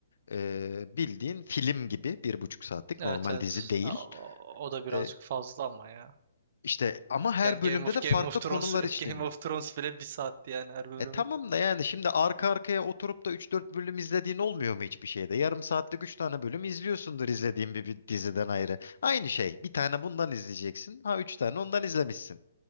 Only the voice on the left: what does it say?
e, bildiğin film gibi bir buçuk saatlik
normal
dizi değil.
E,
İşte ama her
bölümde
de farklı
konular
işleniyor.
E tamam da yani şimdi arka arkaya oturup da üç dört bölüm izlediğin olmuyor mu hiçbir şeyde? Yarım saatlik 3 tane bölüm izliyorsundur izlediğin bir, bir diziden ayrı. Aynı şey. Bir tane bundan izleyeceksin. Ha 3 tane ondan izlemişsin.